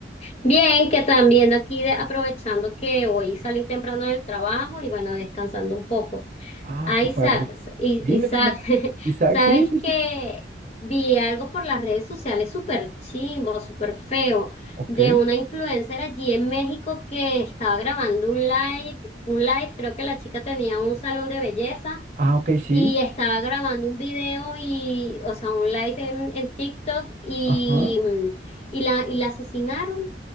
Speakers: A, on the left; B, on the right.
A: Bien, que también aquí de- aprovechando que hoy salí temprano del trabajo y bueno, descansando un poco.
B: Ah,
A: Ah,
B: qué
A: Isaac,
B: padre.
A: s- I-
B: Dime,
A: Isaac,
B: dime.
A: <laughs>
B: Isaac,
A: sabes
B: sí, sí,
A: que
B: sí.
A: vi algo por las redes sociales súper chimbo, súper feo,
B: Ok.
A: de una influencer allí en México que estaba grabando un live, un live, creo que la chica tenía un salón de belleza
B: Ah, ok, sí.
A: y estaba grabando un video y, o sea, un live en, en TikTok y,
B: Ajá.
A: mm, y la, y la asesinaron.